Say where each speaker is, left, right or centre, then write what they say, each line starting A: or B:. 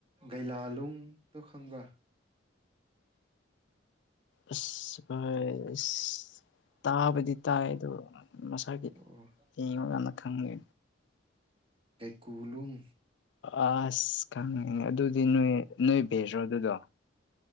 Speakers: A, on the right; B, on the left.
A: ꯒꯩꯂꯥꯂꯨꯡꯗꯣ ꯈꯪꯕ꯭ꯔ
B: ꯑꯁ ꯐꯣꯏ ꯑꯁ ꯇꯥꯕꯗꯤ ꯇꯥꯏ ꯑꯗꯣ ꯃꯁꯥꯒꯤ
A: ꯑꯣ
B: ꯌꯦꯡꯉ ꯀꯥꯟꯗ ꯈꯪꯗꯦ
A: ꯀꯨꯂꯨꯨꯝ
B: ꯑꯁ ꯈꯪꯉꯤ ꯑꯗꯨꯗꯤ ꯅꯣꯏ ꯅꯣꯏ ꯕꯦꯗ꯭ꯔꯣ ꯑꯗꯨꯗꯣ